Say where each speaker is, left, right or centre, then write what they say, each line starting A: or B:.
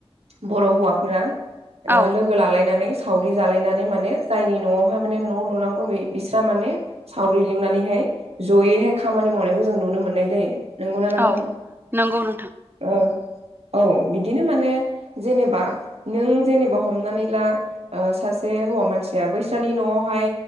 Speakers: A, on the right (about 80°); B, on the right (about 20°).
A: बर' हौवाफोरा ओ
B: औ
A: लोगो लोगो लालायनानै सावरि जालायनानै माने जायनि न'आवहाय माने न' लुनांगौ बिस्रा माने सावरि लिंनानैहाय जयैहाय खामानि मावनायखौ जों नुनो मोननाय जायो नंगौना नोंथां
B: औ नंगौ नोंथां
A: औ औ बिदिनो माने जेनेबा नों जेनेबा हमनानै ला ओ सासे हौवा मानसिया बैस्रानि न'आवहाय